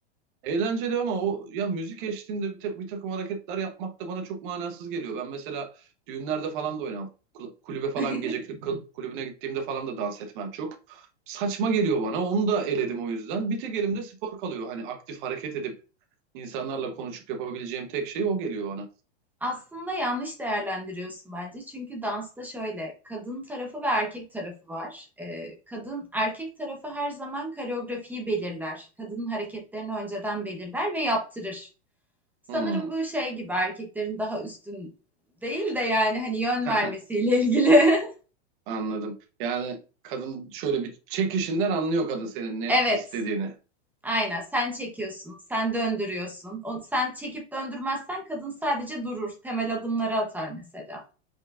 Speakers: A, on the right (about 50°); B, in the centre.
A: Eğlenceli ama o ya müzik eşliğinde bir, ta- bir takım hareketler yapmak da bana çok manasız geliyor. Ben mesela düğünlerde falan da oynamam. Kul- Kulübe falan
B: <laughs>
A: gece kul- kul- kulübüne gittiğimde falan da dans etmem çok. Saçma geliyor bana. Onu da eledim o yüzden. Bir tek elimde spor kalıyor. Hani aktif hareket edip insanlarla konuşup yapabileceğim tek şey o geliyor bana.
B: Aslında yanlış değerlendiriyorsun bence. Çünkü dansta şöyle, kadın tarafı ve erkek tarafı var. Ee, kadın, erkek tarafı her zaman koreografiyi belirler. Kadının hareketlerini önceden belirler ve yaptırır. Sanırım
A: Hmm.
B: bu şey gibi erkeklerin daha üstün değil de yani hani yön
A: <laughs>
B: vermesiyle ilgili. <laughs>
A: Anladım. Yani kadın şöyle bir çekişinden anlıyor kadın senin ne
B: Evet.
A: istediğini.
B: Aynen sen çekiyorsun, sen döndürüyorsun. O, sen çekip döndürmezsen kadın sadece durur. Temel adımları atar mesela.